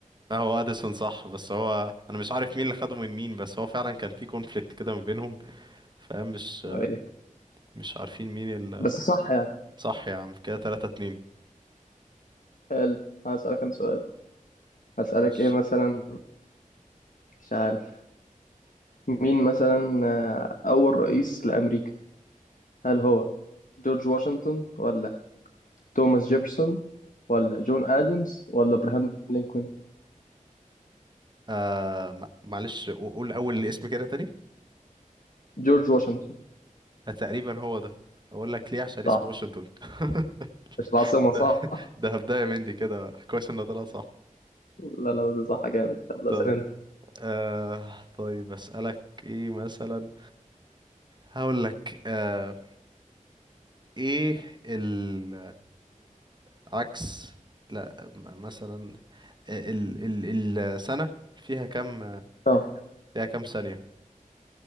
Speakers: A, on the right (about 30°); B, on the left (about 70°).
A: آه، هو اديسون صح بس هو انا مش عارف مين اللي خده من مين بس هو فعلا كان في كونفليكت كده ما بينهم فمش مش
B: ايه
A: مش عارفين مين اللي
B: بس صح يعني
A: صح يا عم كده 3 2
B: حلو هسألك انا سؤال هسألك
A: ماشي
B: ايه مثلا مش عارف مين مثلا آه، اول رئيس لامريكا هل هو جورج واشنطن ولا توماس جيفرسون ولا جون ادمز ولا ابراهام لينكولن
A: آه ما- معلش قول اول اسم كده تاني
B: جورج واشنطن
A: آه، تقريبا هو ده اقول لك ليه عشان اسمه
B: صح
A: واشنطن <laughs>
B: مش العاصمة صح
A: ده ده هبداية مندي كده كويس انه طلع صح
B: لا لا دي صح جامد يلا
A: طيب
B: اسأل انت
A: آه طيب اسالك ايه مثلا هقول لك آه، ايه ال العكس لا م- مثلا ال ال السنة فيها كام
B: اه
A: فيها كام ثانية